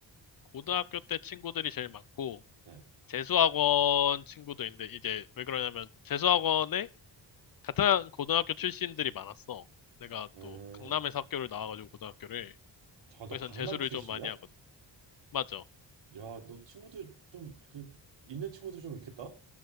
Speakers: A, on the left; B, on the right.
A: 고등학교 때 친구들이 제일 많고
B: 네.
A: 재수학원 친구도 있는데 이제 왜 그러냐면 재수학원에 같은 고등학교 출신들이 많았어 내가
B: 음.
A: 또 강남에서 학교를 나와가지고 고등학교를
B: 잠깐 너
A: 거기선
B: 강남
A: 재수를
B: 출신이야?
A: 좀 많이 하거든 맞아
B: 야, 너 친구들 좀 그 있는 친구들 좀 있겠다.